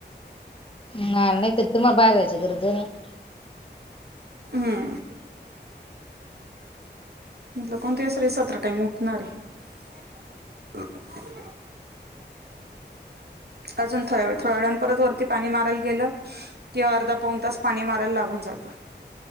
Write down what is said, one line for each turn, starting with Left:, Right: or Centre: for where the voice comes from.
Left: ह नाही तर तुम्हा बाहेर जायचं गरज नई
Right: हम म्हटलं कोणत्या सळी सतरा टाईम उठणारये <unintelligible>
Left: <unintelligible>
Right: अजून थोड्या वेळ, थोड्या वेळानं परत वरती पाणी मारायला गेलं किं अर्धा-पाऊन तास पाणी मारायला लागून जातं.